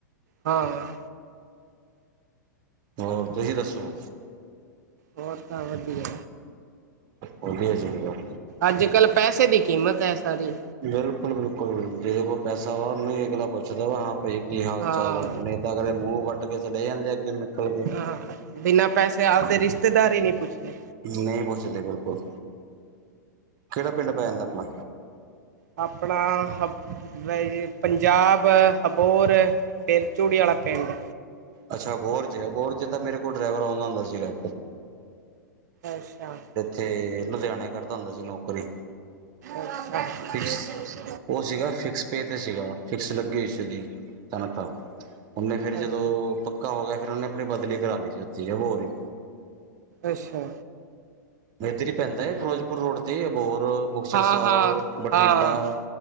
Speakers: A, on the right; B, on the right.
A: ਹਾਂ।
B: ਹੋਰ, ਤੁਸੀਂ ਦੱਸੋ।
A: ਹੋਰ ਸਬ ਵਧੀਆ।
B: ਵਧੀਆ ਚਾਹੀਦਾ
A: ਅੱਜਕੱਲ੍ਹ ਪੈਸੇ ਦੀ ਕੀਮਤ ਹੈ ਸਾਰੀ।
B: ਬਿਲਕੁਲ-ਬਿਲਕੁਲ ਜਿਹਦੇ ਕੋਲ ਪੈਸਾ ਵਾ, ਉਹਨੂੰ ਹੀ ਅਗਲਾ ਪੁੱਛਦਾ ਵਾ ਹਾਂ ਭਾਈ ਕੀ ਹਾਲ
A: ਹਾਂ
B: ਚਾਲ ਆ, ਨਹੀਂ ਤਾਂ ਅਗਲੇ ਮੂੰਹ ਵੱਟ ਕੇ ਚਲੇ ਜਾਂਦੇ ਅੱਗੇ ਨੂੰ ਨਿਕਲ ਕੇ।
A: ਹਾਂ ਬਿਨਾਂ ਪੈਸੇ ਆਵਦੇ ਰਿਸ਼ਤੇਦਾਰ ਹੀ ਨਹੀਂ ਪੁੱਛਦੇ।
B: ਨਹੀਂ ਪੁੱਛਦੇ ਬਿਲਕੁਲ, ਕਿਹੜਾ ਪਿੰਡ ਪੈ ਜਾਂਦਾ ਆਪਣਾ?
A: ਆਪਣਾ ਵੈਸੇ ਪੰਜਾਬ, ਅਬੋਰ ਪਿਰਚੁੜੀ ਆਲਾ ਪਿੰਡ।
B: ਅੱਛਾ ਅਬੋਰ'ਚ ਹੈ, ਅਬੋਰ'ਚ ਤਾਂ ਮੇਰੇ ਕੋਲ ਡਰਾਈਵਰ ਆਉਂਦਾ ਹੁੰਦਾ ਸੀਗਾ।
A: ਅੱਛਾ।
B: ਤੇ ਲੁਧਿਆਣੇ ਕਰਦਾ ਹੁੰਦਾ ਸੀ ਨੌਕਰੀ।
A: <inaudible>
B: ਫਿਕਸ ਉਹ ਸੀਗਾ ਫਿਕਸ ਪੇ'ਤੇ ਸੀਗਾ, ਫਿਕਸ ਲੱਗੇ ਹੋਈ ਸੀ ਓਹਦੀ ਤਨਖਾਹ। ਉਹਨੇ ਫੇਰ
A: ਅੱਛਾ
B: ਜਦੋਂ ਪੱਕਾ ਹੋ ਗਿਆ, ਫੇਰ ਉਹਨੇ ਆਪਣੀ ਬਦਲੀ ਕਰਾ ਲਈ ਸੀ ਉਥੀ ਅਬੋਰ ਹੀ।
A: ਅੱਛਾ।
B: ਏਧਰ ਹੀ ਪੈਂਦਾ, ਫਿਰੋਜ਼ਪੁਰ ਰੋਡ'ਤੇ ਅਬੋਰ। ਮੁਕਤਸਰ
A: ਹਾਂ
B: ਸਾਹਿਬ,
A: ਹਾਂ
B: ਬਠਿੰਡਾ,
A: ਹਾਂ